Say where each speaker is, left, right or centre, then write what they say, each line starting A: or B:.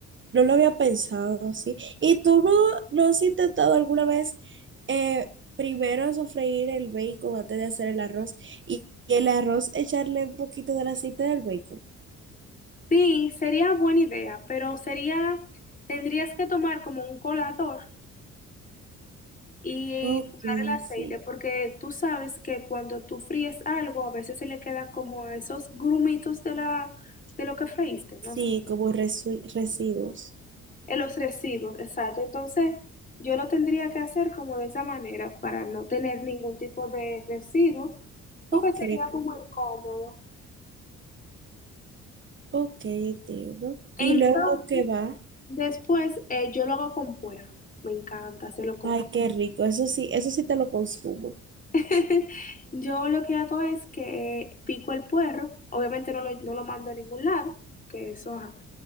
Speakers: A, on the right; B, on the left.
A: no lo había pensado así. ¿Y tú no, no has intentado alguna vez eh, primero sofreír el bacon antes de hacer el arroz y, y el arroz echarle un poquito del aceite del bacon?
B: Sí, sería buena idea, pero sería, tendrías que tomar como un colador y
A: Ok,
B: colar el aceite,
A: sí,
B: porque tú sabes que cuando tú fríes algo, a veces se le queda como esos grumitos de la, de lo que freíste, ¿no?
A: sí, como resu- residuos.
B: en los residuos, exacto. Entonces, yo lo tendría que hacer como de esa manera para no tener ningún tipo de residuos, porque
A: Ok,
B: sería como incómodo.
A: ok, entiendo.
B: Entonces,
A: ¿Y luego qué va?
B: después eh, yo lo hago con puerro. Me encanta hacerlo con
A: Ay,
B: puerro.
A: qué rico, eso sí, eso sí te lo consumo.
B: <laughs> Yo lo que hago es que pico el puerro, obviamente no lo, no lo mando a ningún lado, que eso, ajá.